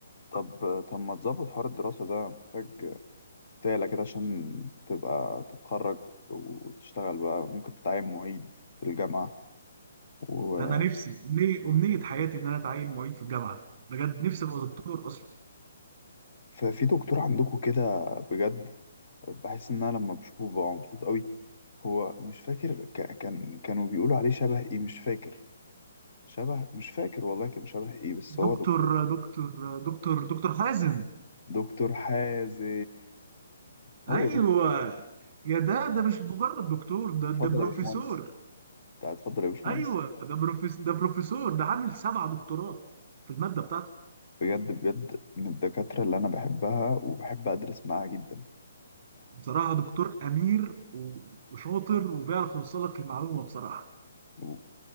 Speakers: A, on the left; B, on the right.
A: طب طب ما تظبط حوار الدراسة ده محتاج تعلى كده عشان تبقى تتخرج وتشتغل بقى ممكن تتعين معيد في الجامعة وعارف
B: انا نفسي أمني- امنيه حياتي ان انا اتعين معيد في الجامعه بجد نفسي ابقى دكتور اصلا
A: في دكتور عندكم كده بجد بحس ان انا لما بشوفه ببقى مبسوط قوي هو مش فاكر ك... كان كانوا بيقولوا عليه شبه ايه مش فاكر شبه مش فاكر والله كان شبه ايه بس
B: دكتور
A: هو دكتور
B: دكتور دكتور دكتور حازم
A: دكتور حازم هو
B: ايوه
A: دكتور
B: يا ده ده مش مجرد دكتور ده
A: اتفضل
B: ده بروفيسور
A: يا باشمهندس تع- اتفضل يا باشمهندس
B: ايوه ده بروفيس ده بروفيسور ده عامل سبع دكتوراه في الماده بتاعته
A: بجد بجد من الدكاترة اللي انا بحبها وبحب ادرس معاها جدا
B: بصراحه دكتور امير و- وشاطر وبيعرف يوصل لك المعلومه بصراحه
A: و...